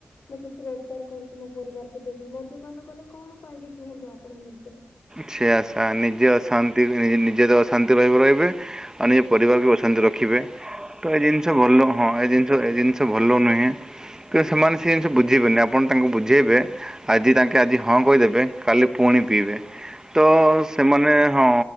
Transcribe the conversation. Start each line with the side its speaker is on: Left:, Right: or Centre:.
Left: ମୁଁ କିଛି ରୋଜଗାର କରୁଛିି ମୋ ପରିବାରକୁ ଦେବି, ମଦ୍ୟପାନ କଲେ କଣ ପାଇବି କୁହନ୍ତୁ ଆପଣ ନିଜେ?
Right: ସେୟା ସେୟା ନିଜେ ଅଶା ଟି ନିଜେ ତ ଅଶାନ୍ତି ରହିବେ, ରହିବେ, ଆଉ ନିଜ ପରିବାରକୁ ଅଶାନ୍ତି ରଖିବେ। ତ ଏ ଜିନିଷ ଭଲ ହଁ ଏ ଜିନିଷ ଏ ଜିନିଷ ଭଲ ନୁହେଁ। କିନ୍ତୁ ସେମାନେ ସେ ଜିନଷ ବୁଝିବେନି ଆପଣ ତାଙ୍କୁ ବୁଝେଇବେ ଆଜି ତାଙ୍କେ ଆଜି ହଁ କହିଦେବେ କାଲି ପୁଣି ପିଇବେ। ତ ସେମାନେ ହଁ